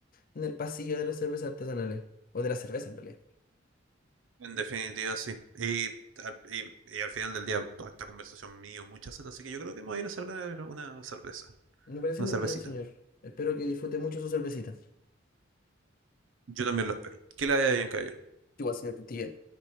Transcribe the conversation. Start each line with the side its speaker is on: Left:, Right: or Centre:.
Left: en el pasillo de las cervezas artesanales, o de la cerveza en realidad.
Right: en definitiva sí. Y, al- y- y al final del día toda esta conversación mío, muchas seta, así que yo creo que me voy a ir a servir una cerveza,
Left: Me parece
Right: una
Left: muy
Right: cervecita.
Left: bien, señor. Espero que disfrute mucho su cervecita.
Right: Yo también lo espero. Que la haya bien, caballero.
Left: Igual, señor Cutilla.